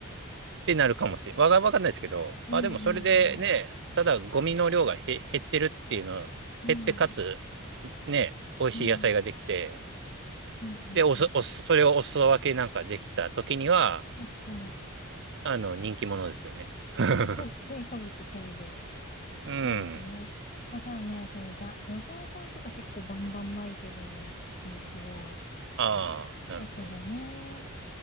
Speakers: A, on the right; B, on the left.
A: ってなるかもしれないわが、わかんないですけど、
B: うんうんうん。
A: まあでもそれでね、ただゴミの量がへ減ってるっていうの、
B: うん。
A: 減ってかつ、ね、美味しい野菜ができて、
B: うん。うんうんうん。
A: で、おす、おす、それをお裾分けなんかできた時には、
B: 確かに。
A: あの、人気者ですよね。<laughs>
B: 成果、成果物込みで。
A: うん。
B: そうですよね。まあ、ただね、その、ざ、除草剤とか結構バンバン撒いてるんですよ。
A: ああ、なるほど。
B: だからね、